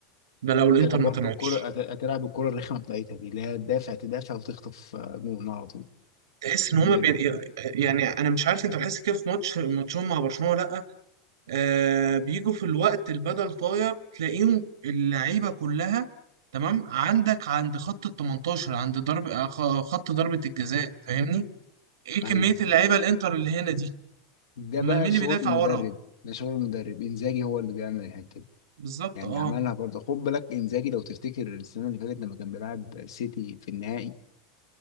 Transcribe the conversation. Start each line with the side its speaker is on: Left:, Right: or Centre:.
Right: ده لو الانتر
Left: هتلعب
Right: ما
Left: برضه
Right: طلعتش
Left: الكرة هت- هتلعب الكرة الرخمة بتاعتها دي اللي هي تدافع تدافع وتخطف آه، جون على طول
Right: تحس ان هما
Left: في الإند
Right: بي... يعني انا مش عارف انت بتحس كده في ماتش ماتشهم مع برشلونة ولا لا آه بيجوا في الوقت البدل طاير تلاقيهم اللعيبة كلها تمام عندك عند خط ال 18 عند ضرب آه، خ- خط ضربة الجزاء فاهمني ايه
Left: أيوه
Right: كمية اللعيبة الانتر اللي هنا دي
Left: ده بقى
Right: امال مين اللي
Left: شغل
Right: بيدافع
Left: المدرب
Right: ورا
Left: ده شغل المدرب إنزاجي هو اللي بيعمل الحتة دي
Right: بالظبط
Left: يعني
Right: اه
Left: عملها برضه خد بالك إنزاجي لو تفتكر السنة اللي فاتت لما كان بيلعب سيتي في النهائي